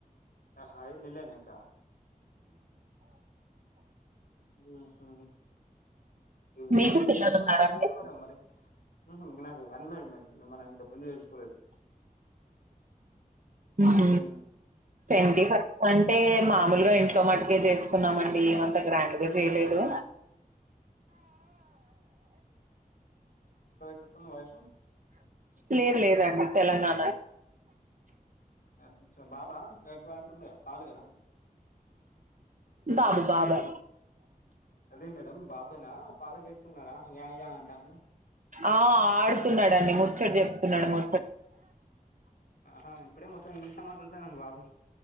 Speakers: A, on the left (about 85°); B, on the right (about 55°).
A: హా ఐదు నెల్లేనా ఇంక. హ్మ్ హు ఇది
B: మీకు పిల్లలు
A: ట్వంటీ ఫస్ట్
B: ఉన్నారా
A: ఎలా
B: అండి
A: అయింది మేడం మరి? హ్మ్ హ్ నాకు అన్మారిడ్ మేడం మనం ఇంక పెళ్ళి చేసుకోలేదు.
B: హ్ముఁ
A: ఉమ్
B: ట్వంటీ ఫస్ట్ అంటే మామూలుగా ఇంట్లో మటుకే చేసుకున్నామండి అంత గ్రాండ్గా చేయలేదు.
A: పిత్తుందా వాయిసు?
B: లేదు లేదండి తెలంగాణ
A: అచ్చ బాబా కయ్ కుంటుండు గా పాలుగా?
B: బాబు బాబే
A: అదే మేడం బాబేనా పాలకు ఎడుస్తున్నాడా యా యా అంటాండు.
B: ఆ ఆడుతున్నడు అండి ముచ్చట చెప్తున్నడు ము
A: ఆ హాఁ ఇప్పుడే మొత్తం ఇంగ్లీష్ లో మాట్లాడుతన్నడు మీ బాబు.